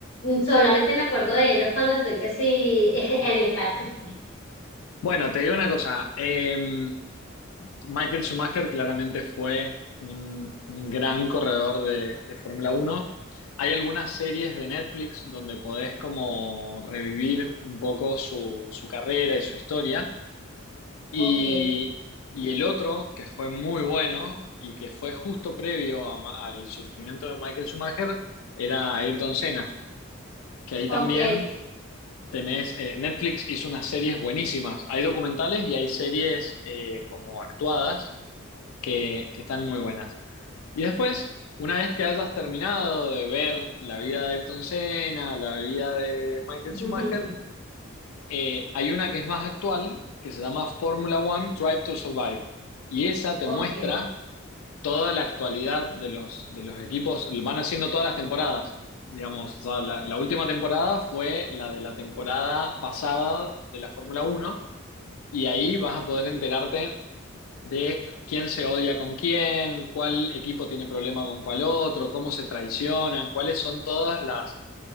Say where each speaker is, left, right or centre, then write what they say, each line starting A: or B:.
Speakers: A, on the left (about 65°); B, on the left (about 80°).
A: Solamente me acuerdo de ellos cuando estoy que sí <laughs> en el karting.
B: Bueno, te digo una cosa. em, Michael Schumacher claramente fue un, un gran corredor de, de Fórmula Uno. Hay algunas series de Netflix donde podés como revivir un poco su, su carrera y su historia. Y,
A: Ok,
B: y el otro, que fue muy bueno y que fue justo previo a Ma- al surgimiento de Michael Schumacher, era Ayrton Senna, que ahí
A: ok,
B: también tenés, eh, Netflix hizo unas series buenísimas. Hay documentales y hay series eh, como actuadas que, que están muy buenas. Y después, una vez que hayas terminado de ver la vida de Ayrton Senna, la vida de Michael
A: <laughs>
B: Schumacher, eh, hay una que es más actual, que se llama Formula One Drive to Survive. Y esa te
A: ok.
B: muestra toda la actualidad de los, de los equipos, lo van haciendo todas las temporadas. Digamos, ya la, la última temporada fue la de la temporada pasada de la Fórmula Uno y ahí vas a poder enterarte de quién se odia con quién, cuál equipo tiene problema con cuál otro, cómo se traicionan, cuáles son todas las,